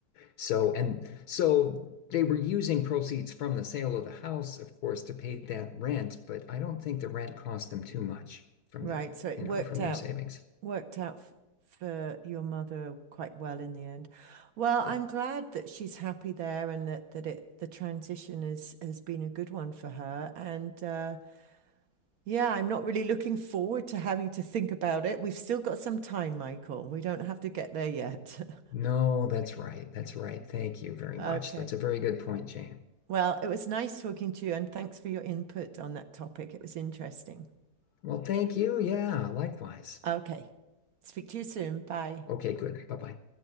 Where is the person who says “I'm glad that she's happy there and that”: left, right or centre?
Right